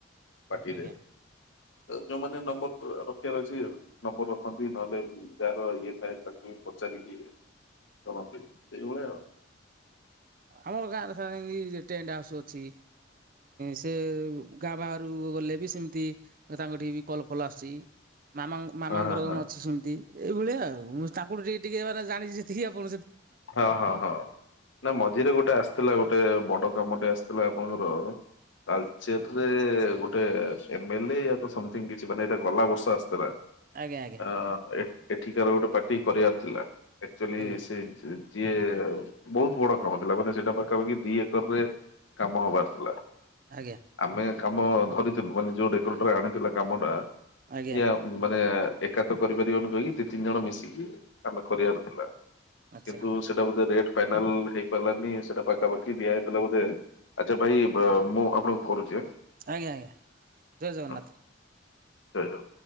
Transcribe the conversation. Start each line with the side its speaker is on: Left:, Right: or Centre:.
Left: ପାର୍ଟିରେ।
Right: ଆଜ୍ଞା
Left: ଅ, ଯୋଉମାନେ ନମ୍ବର୍ ରଖିବାର ଅଛି ନମ୍ବର୍ ରଖନ୍ତି। ନହେଲେ ଉଁ, ଯାହାର ଇଏ ଥାଏ ତାକୁ ପଚାରିକି କରନ୍ତି ସେଇଭଳିଆ ଉ
Right: ଆମର ଗାଁରେ ସତି ଟେଣ୍ଟ ହାଉସ ଅଛି ସେ ଗାଁ ବାହାରୁକୁ ଗଲେ ବି ସେମିତି ତାଙ୍କଠିକି ବି କଲ ଫଲ ଆସୁଛି ମାମା ମାମାଙ୍କର
Left: ହଁ
Right: ଜଣେ
Left: ହଁ
Right: ଅଛି ସେମିତି ଏଇଭଳିଆ ଆଉ ମୁଁ ତାଙ୍କୁ ଟିକେ ଟିକେ ମାନେ ଜାଣିଛି ସେତିକି ଆପଣ
Left: ହଁ ହଁ ହଁ ନା ମଝିରେ ଗୋଟେ ଆସିଥିଲା ଗୋଟେ ବଡ କାମଟେ ଆସିଥିଲା ଆପଣଙ୍କର ତାଲଚରରେ ଗୋଟେ ଏମିଲି କିଛି ମାନେ ଏଇଟା ଗଲା ବର୍ଷ ଆସିଥିଲା
Right: ଆଜ୍ଞା ଆଜ୍ଞା
Left: ଅ ଏଠିକାର ଗୋଟେ ପାର୍ଟି କରିବାର ଥିଲା ଅକ୍ଚୁଆଲି
Right: ଆଜ୍ଞା
Left: ସେ ଯିଏ ବହୁତ ବଡ କାମ ଥିଲା ମାନେ ସେଟା ପାଖାକି ଦି ଏକରରେ କାମ ହବାର ଥିଲା
Right: ଆଜ୍ଞା
Left: ଆମେ କାମ ଧରିଥିଲୁ ମାନେ ଯୋଉ ରେକଡରେ ଆଣିଥିଲା କାମ ଟା
Right: ଆଜ୍ଞା
Left: ଇା ମାନେ ଏକାତ କରିପାରିବନି କହିକି ଦି ତିନି ଜଣ ମିଶିକି ଆମେ କରିବାର ଥିଲା
Right: ଆଚ୍ଛା
Left: କିନ୍ତୁ ସେଟା ବୋଧେ ରେଟ୍ ଫାଇନାଲ ହେଇ ପାରିଲାନି ସେଟା ପାଖାପାଖି ଦିଆ ହେଇଥିଲା ବୋଧେ ଆଚ୍ଛା ଭାଇ ମୁଁ ଆପଣଙ୍କୁ କରୁଛି
Right: ଆଜ୍ଞା ଆଜ୍ଞା ଜୟ ଜଗନ୍ନାଥ
Left: ହଁ, ଜୟ ଜ